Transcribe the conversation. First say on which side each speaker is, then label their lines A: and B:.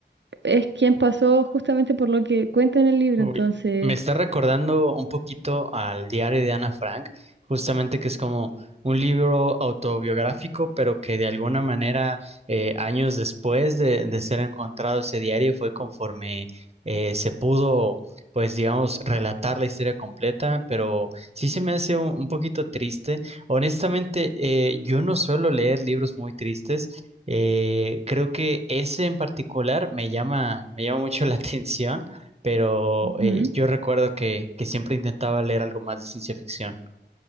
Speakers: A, on the right; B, on the right.
A: es quien pasó justamente por lo que cuenta en el libro,
B: Uy,
A: entonces...
B: me está recordando un poquito al diario de Ana Frank, justamente que es como un libro autobiográfico, pero que de alguna manera eh, años después de, de ser encontrado ese diario fue conforme eh, se pudo, pues digamos, relatar la historia completa, pero sí se me hace un, un poquito triste. Honestamente, eh, yo no suelo leer libros muy tristes. eh, creo que ese en particular me llama, me llama mucho la <laughs> atención pero
A: Ujú.
B: eh, yo recuerdo que, que siempre intentaba leer algo más de ciencia ficción.